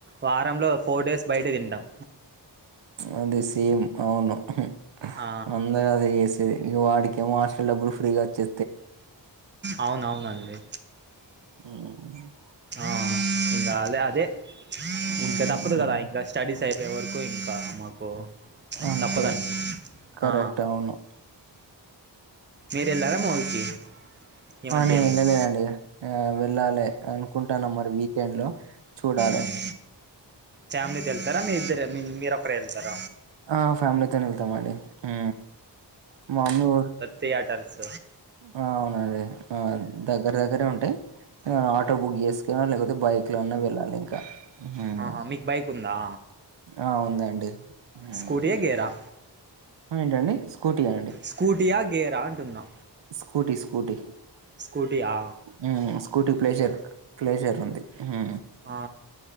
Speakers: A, on the right; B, on the right.
A: వారంలో ఫోర్ డేస్ బయటే తింటాం
B: అదే సేమ్ అవును ఉహు
A: ఆ
B: అందరదే జేస్ ది వాడ్కేమో హాస్టల్ డబ్బులు ఫ్రీగ వచ్చే
A: అవునవునండి
B: <unintelligible>
A: ఆ ఇంగ అదే అదే
B: హ్మ్.
A: ఇంక తప్పదు గదా ఇంకా స్టడీస్ అయిపోయే వర్కూ ఇంకా మాకు
B: అంతే
A: తప్పదండి
B: కరెక్ట్
A: ఆ
B: ఔను
A: మీరు వెళ్ళారా మూవీకి ఈ
B: ఆ
A: మధ్య
B: నేనే
A: ఏమైనా
B: నేనేనండి ఆ వెళ్ళాలె అనుకుంటాన్న మరి వీకెండ్ లో చూడాలె
A: ఉమ్. ఫ్యామిలీతో ఎళ్తార మీ ఇద్దరే మీ మీరొక్కరే ఎళ్తార
B: ఆ ఫ్యామిలీతోనే ఎల్తామండి ఉ మమ్మి ఊ
A: తియాటర్స్
B: ఆ ఔనండి ఆ దగ్గర దగ్గరే ఉంటయి. హా ఆటో బుక్ చేస్కోనో లేకపోతే బైక్లోన్నా వెళ్ళాలి ఇంకా. ఉమ్.
A: ఆహా మీకు బైకుందా?
B: ఆ ఉందండి. ఉమ్.
A: స్కూటీయా, గేరా?
B: ఏంటండి స్కూటీయాండి?
A: స్కూటీయా, గేరా అంటున్నా.
B: Scooty, scooty.
A: స్కూటీయా?
B: ఉ స్కూటీ
A: ఓకే
B: ప్లేజర్ ప్లేజర్ ఉంది హు.
A: ఆ